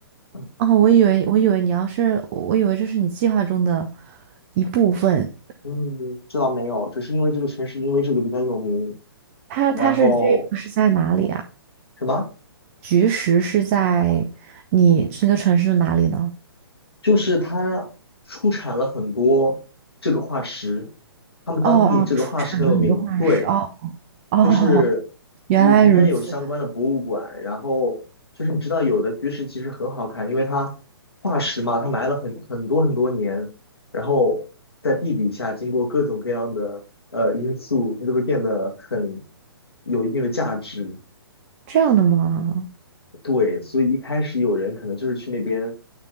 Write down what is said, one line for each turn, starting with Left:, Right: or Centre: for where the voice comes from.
Left: 嗯
Right: 哦，我以为我以为你要是，我以为这是你计划中的一部分。
Left: 嗯，知道没有，只是因为这个城市因为这个比较有名，
Right: 它它是这个是在哪里啊？
Left: 然后什么，
Right: 菊石是在你这个城市的哪里呢？
Left: 就是它出产了很多这个化石，他们当地这个化石很有名，
Right: 哦哦，出产了很多化石。
Left: 对，
Right: 哦哦，
Left: 就是有应该有相关的博物馆，
Right: <laughs> 原来如此，
Left: 然后就是你知道有的巨石其实很好看，因为它化石嘛，它埋了很很多很多年，然后在地底下经过各种各样的呃因素，它就会变得很有一定的价值。
Right: 这样的吗？
Left: 对，所以一开始有人可能就是去那边，